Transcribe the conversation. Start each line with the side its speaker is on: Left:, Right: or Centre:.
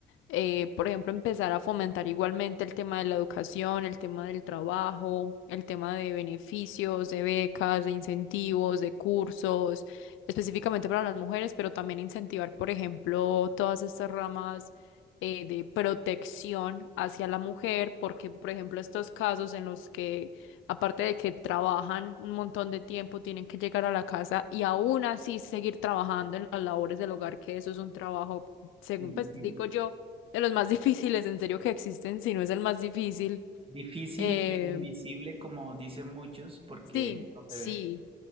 Left: eh, por ejemplo, empezar a fomentar igualmente el tema de la educación, el tema del trabajo, el tema de beneficios, de becas, de incentivos, de cursos, específicamente para las mujeres, pero también incentivar, por ejemplo, todas estas ramas. eh, de protección hacia la mujer, porque, por ejemplo, estos casos en los que Aparte de que trabajan un montón de tiempo, tienen que llegar a la casa y aún así seguir trabajando en las labores del hogar, que eso es un trabajo, según
Right: Invisible.
Left: pues digo yo, de los más <laughs> difíciles en serio que existen, si no es el más difícil.
Right: Difícil
Left: Eh,
Right: e invisible, como dicen muchos, porque
Left: sí,
Right: no
Left: sí.
Right: se ve.